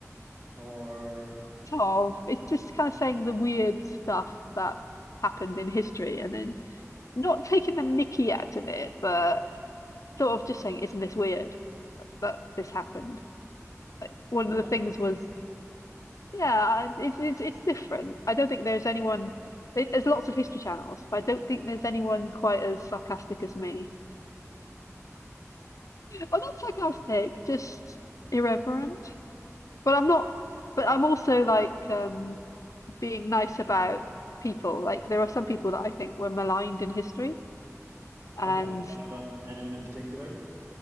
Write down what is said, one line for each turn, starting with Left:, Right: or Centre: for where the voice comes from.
Right: or
Left: sort of, it's just kind of saying the weird stuff that happened in history and then not taking the mickey out of it, but sort of just saying, isn't this weird? But this happened. One
Right: I
Left: of
Right: like
Left: the things
Right: it?
Left: was, yeah, it's it's it's different. I don't think there's anyone. there- There's lots of history channels, but I don't think there's anyone quite as sarcastic as me. I'm not sarcastic, just irreverent. But I'm not. But I'm also like um, being nice about people. Like there are some people that I think were maligned in history,
Right: Okay.
Left: and
Right: Anyone anyone in particular?